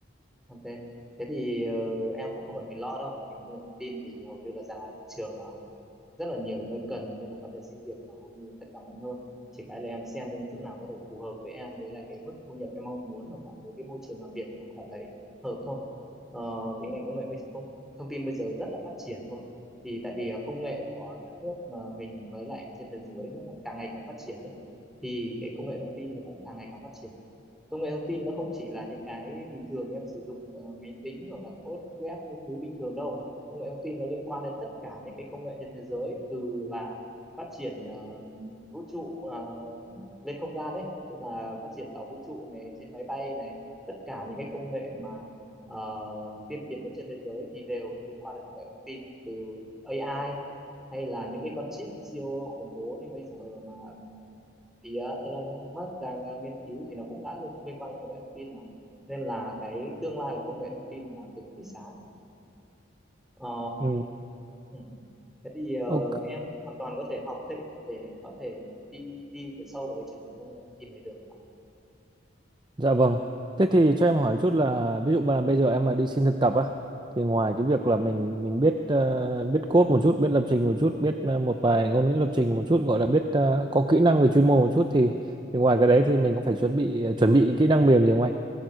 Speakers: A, in the centre; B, on the right.
A: Ok. Thế thì ờ, em cũng không cần phải lo đâu. Ngành công nghệ thông tin thì hầu như là ra trường là rất là nhiều nơi cần nên là có thể xin việc ở hầu như tất cả mọi nơi. Chỉ cái là em xem những chỗ nào có thể phù hợp với em với lại cái mức thu nhập em mong muốn hoặc là với cái môi trường làm việc em cảm thấy hợp thôi. Ờ, cái ngành công nghệ bây- công, thông tin bây giờ rất là phát triển luôn. Thì tại vì ờ, công nghệ của đất nước ờ, mình với lại trên thế giới nó là càng ngày càng phát triển đấy. Thì cái công nghệ thông tin nó cũng càng ngày càng phát triển công nghệ thông tin nó không chỉ là những cái bình thường em sử dụng ờ, máy tính hoặc là code web các thứ bình thường đâu công nghệ thông tin nó liên quan đến tất cả những cái công nghệ trên thế giới từ là phát triển ờ, vũ trụ ờ, lên không gian ấy như là phát triển tàu vũ trụ này trên máy bay này tất cả những cái công nghệ mà ờ, tiên tiến nhất trên thế giới thì đều phải liên quan đến công nghệ thông tin từ AI hay là những cái con chip siêu khủng bố như bây giờ mà thì ờ, Elon Musk đang ờ, nghiên cứu thì nó cũng đã liên, liên quan đến công nghệ thông tin mà nên là cái tương lai của công nghệ thông tin là cực kỳ sáng Ờ,
B: ừ.
A: ừ. thế thì ờ,
B: ok
A: em hoàn toàn có thể học thêm để có thể đi đi về sâu vào cái chuyên ngành công nghệ thông tin này được em ạ
B: dạ vâng thế thì cho em hỏi chút là ví dụ mà bây giờ em mà đi xin thực tập á thì ngoài
A: ừ.
B: cái việc là mình mình biết ờ, biết code một chút biết lập trình một chút biết ờ, một vài ngôn ngữ lập trình một chút gọi là biết ờ, có kỹ năng về chuyên môn một chút thì thì ngoài cái đấy thì mình có phải chuẩn bị ờ, chuẩn bị kỹ năng mềm gì không anh